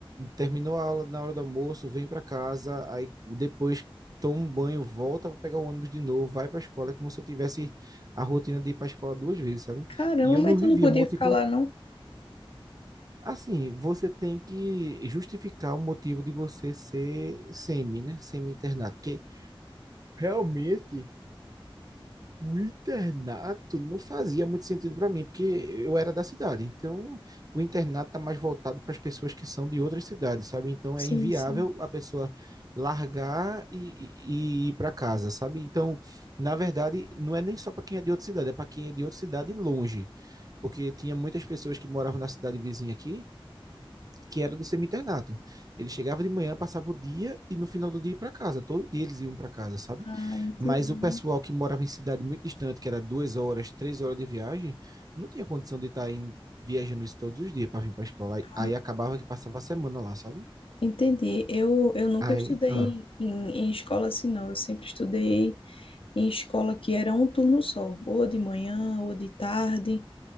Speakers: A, on the right; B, on the left.
A: terminou a aula na hora do almoço, vem para casa, aí depois toma um banho, volta para pegar o ônibus de novo, vai para a escola, é como se eu tivesse a rotina de ir para a escola duas vezes, sabe?
B: Caramba,
A: E eu
B: mas
A: não vivia
B: tu não podia
A: multicon...
B: ficar lá, não?
A: Assim, você tem que justificar o motivo de você ser semi, né? Semi-internado, porque Realmente, O internato não fazia muito sentido para mim, porque eu era da cidade. Então, o internato está mais voltado para as pessoas que são de outras cidades, sabe? Então,
B: Sim,
A: é inviável
B: sim.
A: a pessoa largar e, e- e ir para casa, sabe? Então, na verdade, não é nem só para quem é de outra cidade, é para quem é de outra cidade longe, porque tinha muitas pessoas que moravam na cidade vizinha aqui. que era do semi-internato. Ele chegava de manhã, passava o dia e no final do dia ia para casa. Todo dia eles iam para casa, sabe?
B: Ah, entendi.
A: Mas o pessoal que morava em cidade muito distante, que era duas horas, três horas de viagem, não tinha condição de estar em viajando isso todos os dias para vir para a escola. Aí,
B: Ah,
A: aí acabava que passava a semana lá, sabe?
B: entendi. Eu, eu nunca
A: Aí,
B: estudei
A: ah,
B: em, em, em escola assim, não. Eu sempre estudei em escola que era um turno só, ou de manhã, ou de tarde.